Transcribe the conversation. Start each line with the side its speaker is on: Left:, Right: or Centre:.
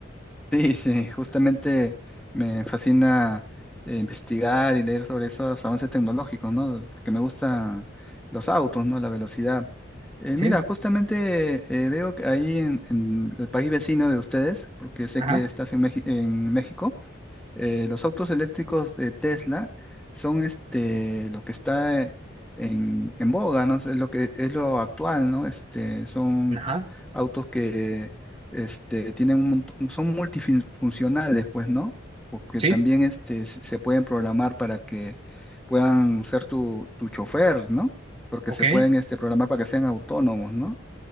Centre: Sí, sí, justamente me fascina eh, investigar y leer sobre esos avances tecnológicos, ¿no? Porque me gustan los autos, ¿no? La velocidad. Eh,
Right: ¿Sí?
Centre: mira, justamente eh, veo que ahí en, en el país vecino de ustedes, porque sé
Right: Ajá.
Centre: que estás en, Meji- en México, eh, los autos eléctricos de Tesla son este, lo que está eh, en, en boga, ¿no? Es lo que es lo actual, ¿no? Este, son
Right: Ajá.
Centre: autos que este, tienen un, mont- son multifuncionales, pues, ¿no? Porque
Right: Sí,
Centre: también este, s- se pueden programar para que puedan ser tu, tu chofer, ¿no? Porque
Right: ok,
Centre: se pueden este, programar para que sean autónomos, ¿no?